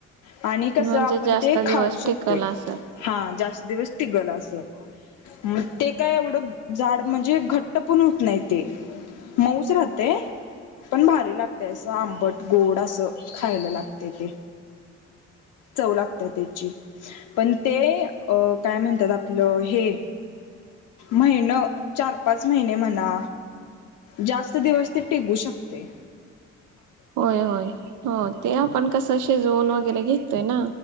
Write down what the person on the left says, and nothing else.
आणि कस
आपण
ते खाऊ
शकतोय
हा जास् दिवस टिगल अस मग ते काय एवढं जाड म्हणजे घट्ट पण होत नाहीत. ते मऊच राहतय पण भारी लागतय असं आंबट गोड असं खायला लागतय ते चव लागत्या त्याची पण ते अ काय म्हणतात आपलं हे महिन चार पाच महिने म्हणा जास्त दिवस ते टिगु शकतेय.